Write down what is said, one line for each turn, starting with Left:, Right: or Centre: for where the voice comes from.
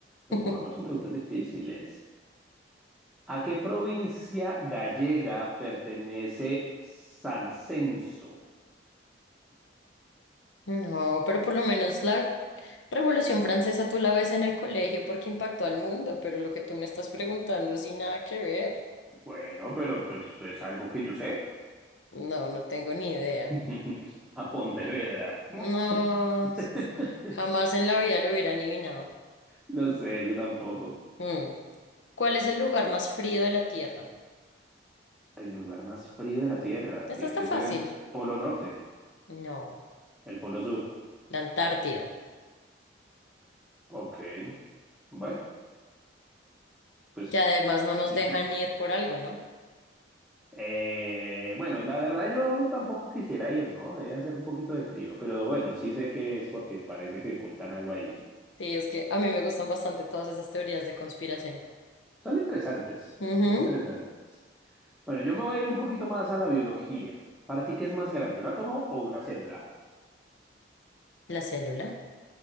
Centre: Pues
Left: <laughs>
Centre: pongámonos con preguntas difíciles. ¿A qué provincia gallega pertenece Sancenso?
Left: No, pero por lo menos la Revolución Francesa tú la ves en el colegio porque impactó al mundo, pero lo que tú me estás preguntando sin nada que ver.
Centre: Bueno, pero pues es algo que yo sé.
Left: No, no tengo ni idea.
Centre: <laughs> A Pontevedra.
Left: No,
Centre: <laughs>
Left: jamás en la vida lo hubiera adivinado.
Centre: Lo sé, yo tampoco.
Left: Mm. ¿Cuál es el lugar más frío de la Tierra?
Centre: El lugar más frío de la Tierra tiene
Left: Esta está
Centre: que
Left: fácil.
Centre: ser el Polo Norte,
Left: No,
Centre: el Polo Sur.
Left: la Antártida,
Centre: Ok, bueno, pues
Left: que además no nos
Centre: listo.
Left: dejan ir por algo, ¿no?
Centre: Eh, bueno, la verdad yo tampoco quisiera ir, ¿no? Debe hacer un poquito de frío, pero bueno, sí sé que es porque parece que ocultan algo ahí.
Left: Sí, es que a mí me gustan bastante todas esas teorías de conspiración.
Centre: Son interesantes,
Left: Ujú,
Centre: son interesantes. Bueno, yo me voy a ir un poquito más a la biología. ¿Para ti qué es más grande, un átomo o una célula?
Left: La célula.